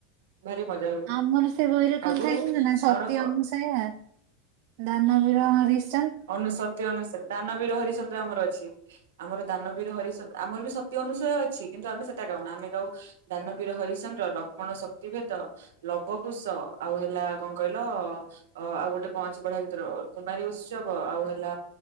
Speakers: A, on the right; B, on the right.
A: ଭାରି ମଜା ହୁଏ
B: ଆମର ସେ ବହିରେ କଣ
A: ଆଗରୁ
B: ଥାଇଛନ୍ତି ନା ସତ୍ୟ
A: ଆମର
B: ଅନୁସାୟ ଦାନ ବିର ହରିଶ
A: ଅନୁସତ ଅନୁସ ଦାନବୀର ହରିଚନ୍ଦ୍ର ଆମର ଅଛି ଆମର ଦାନବୀର ହରିଚନ୍ଦ୍ର ଆମର ବି ସତ୍ୟ ଅନୁସାୟ ଅଛି କିନ୍ତୁ ଆମେ ସେଟା କଣ ଆମେ ଯ ଦାନବୀର ହରିଚନ୍ଦ୍ର ଲକ୍ଷ୍ମଣ ଶକ୍ତିଭେଦ ଲବକୁୁଶ ଆଉ ହେଲା କଣ କହିଲ ଆଉ ଗୋଟେ କଣ ଅଛି ବଢିଆ ଭତରେ କୁମାରୀ ଉତ୍ସବ ଆଉ ହେଲା